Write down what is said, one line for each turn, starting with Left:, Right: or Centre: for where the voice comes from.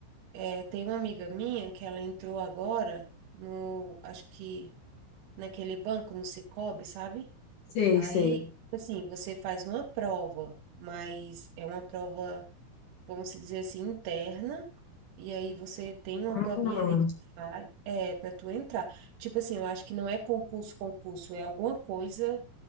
Right: é, tem uma amiga minha que ela entrou agora no, acho que naquele banco, no Sicoob, sabe?
Left: Sei,
Right: Aí,
Left: sei.
Right: tipo assim, você faz uma prova, mas é uma prova, vamos se dizer assim, interna, e aí você tem uma
Left: Ah,
Right: provinha ali que tu faz, é, para tu entrar. Tipo assim, eu acho que não é concurso, concurso, é alguma coisa